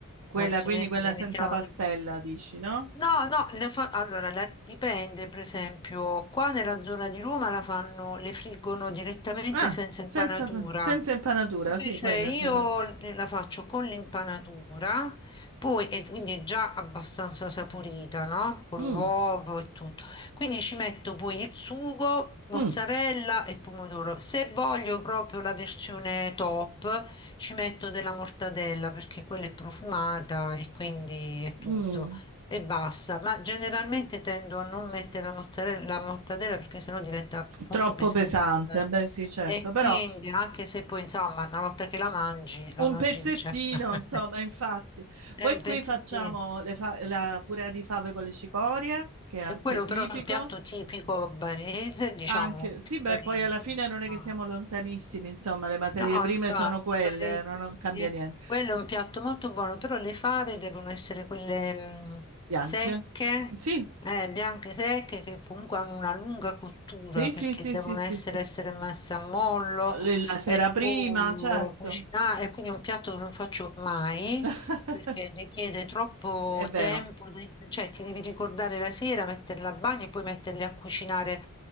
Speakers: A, on the right; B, on the left.
A: Quella,
B: altrimenti
A: quindi quella
B: diventiamo...
A: senza pastella, dici, no?
B: No, no, le fa- allora la- dipende, per esempio, qua nella zona di Roma la fanno, le friggono direttamente
A: Ah,
B: senza impanatura.
A: senza, senza impanatura,
B: Invece
A: sì, quella
B: io
A: intendevo.
B: la faccio con l'impanatura, poi e quindi è già abbastanza saporita, no? Con
A: Mm,
B: l'uovo e tutto. Quindi ci metto poi il sugo, mozzarella
A: mm,
B: e pomodoro. Se voglio proprio la versione top, ci metto della mortadella perché quella è profumata e quindi è tutto
A: mm.
B: e basta, ma generalmente tendo a non mettere la mozzarella, la mortadella perché sennò diventa
A: Troppo
B: molto pesante.
A: pesante, beh sì, certo,
B: E
A: però
B: quindi, anche se poi, insomma, una volta che la mangi, la
A: Un
B: mangi
A: pezzettino,
B: di certo. <laughs>
A: insomma, infatti.
B: È
A: Poi
B: un pezzettino.
A: qui facciamo le fa- la purea di fave con le cicorie, che è anche
B: E quello
A: tipico.
B: però è un piatto tipico barese, diciamo,
A: Anche, sì, beh,
B: barese.
A: poi alla fine non è
B: diciamo.
A: che siamo lontanissimi, insomma, le materie
B: No,
A: prime
B: infatti,
A: sono quelle,
B: parese.
A: eh, no- non cambia
B: Eh,
A: niente.
B: Quello è un piatto molto buono, però le fave devono essere quelle mh,
A: Bianche?
B: secche,
A: Sì,
B: eh, bianche secche, che comunque hanno una lunga cottura
A: sì, sì,
B: perché
A: sì,
B: devono
A: sì, sì,
B: essere,
A: sì.
B: essere messe a mollo
A: Le- La sera
B: e
A: prima,
B: poi
A: certo.
B: cucinare. E quindi è un piatto che non faccio mai,
A: <laughs>
B: perché richiede troppo
A: È vero,
B: tempo, de- cioè ti devi ricordare la sera, metterle a bagno e poi metterle a cucinare